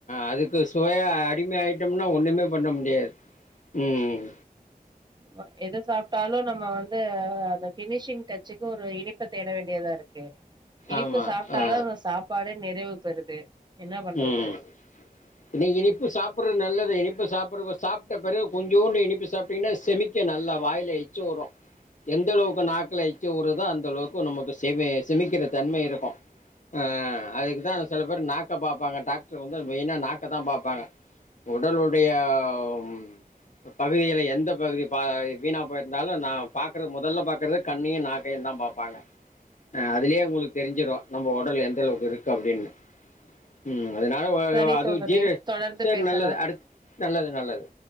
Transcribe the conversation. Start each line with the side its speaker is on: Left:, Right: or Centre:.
Left: அதுக்கு சுவையா அடிமை ஆயிட்டோம்னா ஒண்ணுமே பண்ண முடியாது உம்
Right: ம எத சாப்ட்டாலு நம்ம வந்து அந்த ஃபினிஷிங் டச்சுக்கு ஒரு இனிப்ப தேட வேண்டியதா இருக்கு இனிப்பு
Left: ஆமாம்
Right: சாப்ட்டாதா
Left: ஆ
Right: அவ்ங்க சாப்பாடே நிறைவு பெறுது என்ன பண்றது
Left: ம் நீ இனிப்பு சாப்புட்றத் நல்லது இனிப் ப்போ சாப்புடும்போ சாப்ட்ட பிறகு கொஞ்சோண்டு இனிப்பு சாப்ட்டீங்கன்னா செமிக்கு நல்லா வாயில எச்சு உரும் எந்தளவுக்கு நாக்குல எச்ச ஊறுதோ அந்த அளவுக்கு நமக்கு செமி செமிக்கிற தன்மை இருக்கும் அ அதுக்குதா சில பேர் நாக் ட்ட பாப்பாங்க டாக்ட்ரு வந்து மெயினா நாக்க தா பாப்பாங்க உடலுடைய ம் பகுதியில எந்த பகுதி பா வீணா போயிருந்தாலும் நா பாக்குற மொதல்ல பாக்குறது கண்ணியு நாக்கையு தா பாப்பாங்க அ அதுலே உங்குளுக்கு தெரிஞ்சிரு நம்ப உடல் எந்த அளவுக்கு இருக்கு அப்புடின்னு ம் அதனால <unintelligible>
Right: சரி
Left: அது
Right: தோழரே
Left: ஜீனு
Right: தொடர்ந்து
Left: சேர்
Right: பேசலா
Left: நல்லது அடுத் நல்லது நல்லது